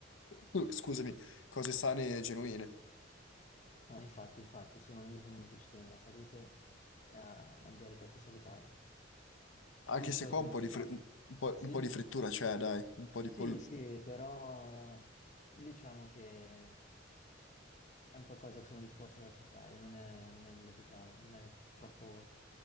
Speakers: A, on the left; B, on the left.
A: <clears throat> scusami, cose sane e genuine.
B: No, infatti, infatti, sono, io sono uno che ci tiene alla salute e a mangiare piatti salutari.
A: Anche
B: Tu di
A: se
B: solito,
A: qua un po' di,
B: no,
A: fri- un po',
B: sì?
A: un po' di frittura c'è, dai, un po' di
B: Sì,
A: pollo.
B: sì, però diciamo che eh, è un qualcosa che sono disposto ad accettare, non è, non è nulla di grave, non è troppo,